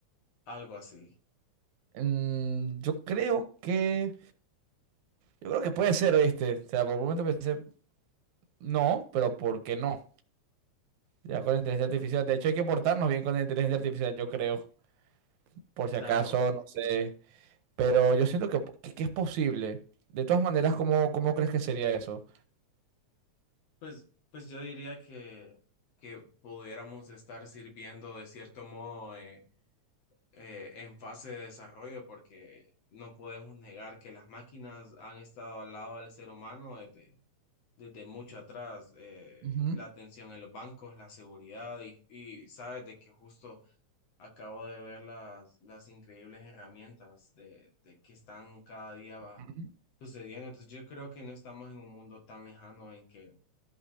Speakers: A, on the left; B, on the right.
A: Algo así.
B: Mm, yo creo que. Yo creo que puede ser, ¿oíste? O sea, por un momento pensé, no, pero ¿por qué no? Ya con la inteligencia artificial. De hecho, hay que portarnos bien con la inteligencia artificial, yo creo. Por si
A: Claro,
B: acaso, no sé. Pero yo siento que, que- que es posible. De todas maneras, ¿cómo, cómo crees que sería eso?
A: pues, pues yo diría que, que pudiéramos estar sirviendo de cierto modo eh, eh, en fase de desarrollo, porque no podemos negar que las máquinas han estado al lado del ser humano desde desde mucho atrás, eh,
B: Ujú,
A: la atención en los bancos, la seguridad y, y sabes de que justo acabo de ver las, las increíbles herramientas de, de que están cada día va-
B: ujú,
A: sucediendo. Entonces yo creo que no estamos en un mundo tan lejano en que,